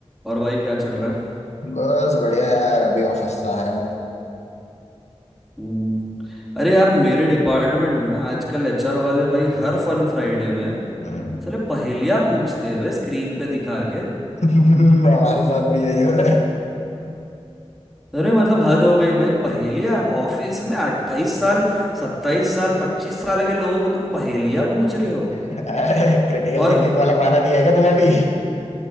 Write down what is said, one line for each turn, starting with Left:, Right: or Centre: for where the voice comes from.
Centre: और भाई क्या चल रहा है
Left: बस बढ़िया यार अभी ऑफिस से आया हूँ
Centre: हम्म हम्म। अरे यार मेरे डिपार्टमेंट में आजकल एचआर वाले भाई हर फन फ्राइडे में
Left: हाँ।
Centre: साले पहेलियां पूछते हैं बे स्क्रीन पे दिखा के
Left: <laughs> हमारे साथ भी यही हो रहा
Centre: अरे मतलब हद हो गई भाई पहेलियां ऑफिस में अट्ठाईस साल सत्ताईस साल पच्चीस साल के लोगों को तुम पहेलियां पूछ रहे हो
Left: है <laughs> क्रिटिकल
Centre: और
Left: थिंकिंग
Centre: <laughs>
Left: वाला बहाना दिया है क्या तुम्हें भी